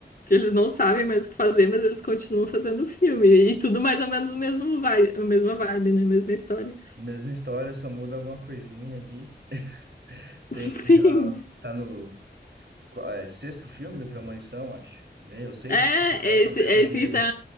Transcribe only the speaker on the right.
Mesma história, só muda alguma coisinha ali. <laughs> Tem
já
tá no qua- é, sexto filme do Premonição, acho. Meu, seis
filmes já
com
a mesma
enredo.